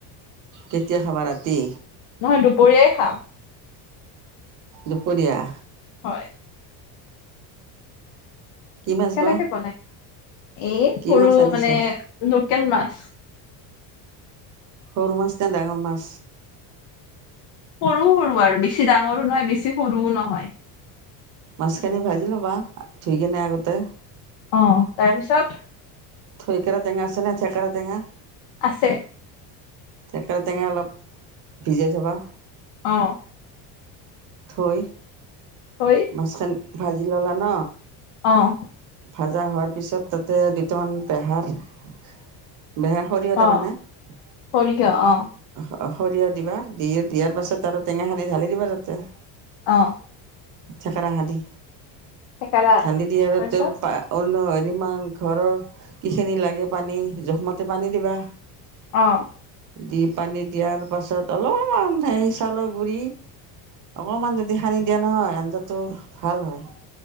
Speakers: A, on the right; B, on the left.
A: কেতিয়া খাব ৰাতি?
B: নহয় দুপৰীয়াই খাম।
A: দুপৰীয়া
B: হয়'
A: কি মাছ
B: কেনেকে
A: বা
B: বনাই? এই
A: কি
B: সৰু
A: মাছ আনিছা
B: মানে লোকেল মাছ।
A: সৰু মাছ ন ডাঙৰ মাছ?
B: সৰু-সৰু আৰু বেছি ডাঙৰো নহয় বেছি সৰুও নহয়।
A: মাছখিনি ভাজি ল'বা ধুই কিনে আগতে।
B: অ', তাৰপিছত
A: থৈকেৰাৰ টঙা আছে নে থেকেৰা টঙা।
B: আছে।
A: থেকেৰা টেঙে অলপ ভিজাই থবা।
B: অ',
A: থৈ
B: থৈ
A: মাছখন ভাজি ল'লা ন
B: অ',
A: ভাজা হোৱাৰ পিছত তাতে দুটামান পেহাৰ বেহাৰ সৰিয়হ
B: অ
A: তাৰ মানে অঁ',
B: সৰিয়হ অ
A: সৰিয়হ দিবা দি দিয়াৰ পাছত আৰু টেঙাখানি ঢালি দিবা তাতে।
B: অ',
A: চাকৰাহাদি
B: থেকেৰা
A: ধালি দি‌ ৰ
B: তাৰপিছত
A: প অ হয় <unintelligible> মান ঘৰৰ কি খিনি লাগে পানী জোখমতে পানী দিবা।
B: অ।
A: দি পানী দিয়াৰ পাছত অলপমান সেই চাউলৰ গুৰি, অকণমান যদি সানি দিয়া নহয় আঞ্জাটো ভাল হয়।